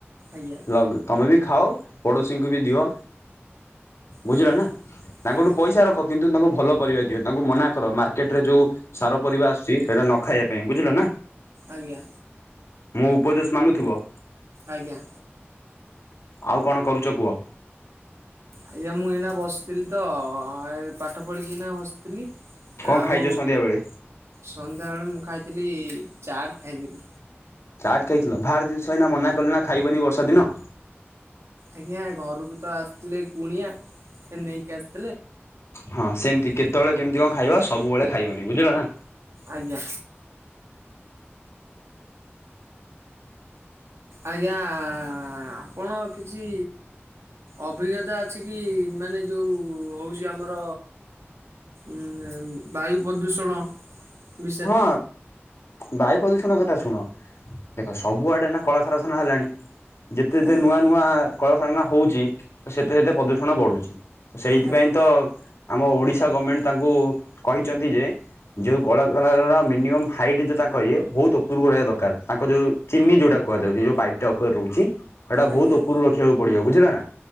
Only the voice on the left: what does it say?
ଲଗ ତମେବି ଖାଅ ପଡ଼ଶୀଙ୍କୁବି ଦିଅ ବୁଝିଲନା
ତାଙ୍କଠୁ
ପଇସା ରଖ କିନ୍ତୁ ତାଙ୍କୁ ଭଲ ପରିବା ଦିଅ ତାଙ୍କୁ ମନା କର ମାର୍କ ମାର୍କେଟରେ ଯୋଉ ସାର ପରିବା ଆସୁଚି ସେଇଟା ନଖାଇବା ପାଇଁ ବୁଝିଲନା।
ମୋ ଉପଦେଶ ମାନୁଥିବ?
ଆଉ କଣ କରୁଚ କୁଅ?
କଣ
ଖାଇଛ ସନ୍ଧ୍ୟା ବେଳେ?
ଚାଟ୍ ଖାଇଥିଲ ଭାର ଜିନିଷ ହେଇନା ମନା କଲିନା ଖାଇବନି ବର୍ଷା ଦିନ।
ହଁ ସେମିତି କେତେବେଳେ କେମିତି କଣ ଖାଇବ ସବୁବେଳେ ଖାଇବନି ବୁଝିଲନା।
ହଁ। ବାୟୁ ପ୍ରଦୂଷଣ କଥା ଶୁଣ ଦେଖ ସବୁଆଡ଼େ ଏନା କଳାକାରଖାନା ହେଲାଣି ଯେତେ ଯେତେ
ନୂଆ ନୂଆ କଳକାରଖାନା ହଉଚି ତସେତେ ସେତେ ପ୍ରଦୂଷଣ ବଢ଼ୁଚି ସେଇଥିପାଇଁତ
ଆମ ଓଡ଼ିଶା ଗଭର୍ଣମେଣ୍ଟ ତାଙ୍କୁ କହିଚନ୍ତିଯେ ଯୋଉ କଳ ମିନିମମ୍ ହାଇଟ୍ ଯଉ ତାଙ୍କ ଇଏ ବହୁତ୍ ଉପରକୁ ରହିବା ଦରକାର୍ ତାଙ୍କ ଯୋଉ ଚିନି ଯୋଉଟା କୁହାଯାଉଛି ଯୋଉ ପାଇପଟା ଉପରେ ରହୁଚି ହେଟା ବହୁତ୍
ଉପରକୁ ରଖିବାକୁ ପଡ଼ିବ ବୁଝିଲନା